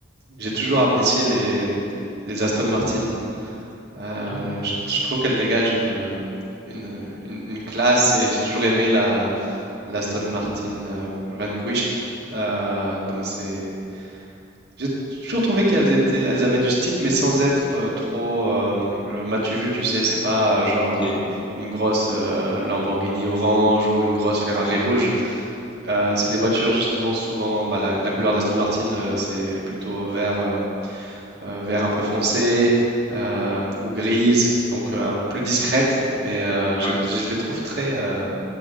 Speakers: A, on the right; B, on the left.
A: j'ai toujours apprécié les, les Aston Martin. Euh,
B: Ah,
A: je, je trouve qu'elles dégagent une, euh, une, une- une classe et j'ai toujours aimé la l'Aston Martin euh, Vanquished. Euh, donc c'est, j'ai toujours trouvé qu'elles étaient, elles avaient du style, mais sans être euh, trop. euh, euh, m'as-tu vu, tu sais, c'est pas euh, genre
B: ok.
A: euh, une grosse euh, Lamborghini orange ou une grosse Ferrari
B: Oui.
A: rouge. Euh, c'est des voitures justement souvent, bah, la, la couleur d'Aston Martin, euh, c'est plutôt vert, euh, euh, vert un peu foncé euh, ou grise, donc euh, un- plus discrète, mais euh, je,
B: Ouais,
A: je- les trouve très, euh,